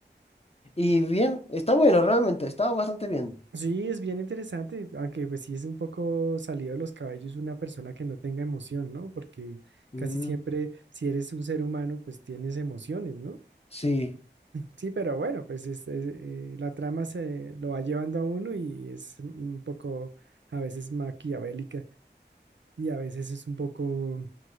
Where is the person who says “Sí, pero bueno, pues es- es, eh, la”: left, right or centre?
Right